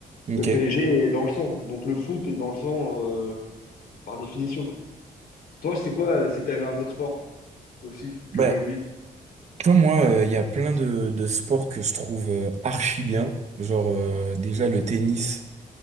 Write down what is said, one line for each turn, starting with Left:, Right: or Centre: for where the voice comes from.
Right: ok.
Left: Le PSG est dans le sang, donc le foot est dans le sang euh, par définition. Toi, c'est quoi euh, si t'avais un autre sport aussi que
Right: Bah,
Left: le rugby?
Right: tu vois, moi, euh, il y a plein de, de sports que je trouve euh, archi bien. Genre, euh,
Left: Ouais.
Right: déjà, le tennis,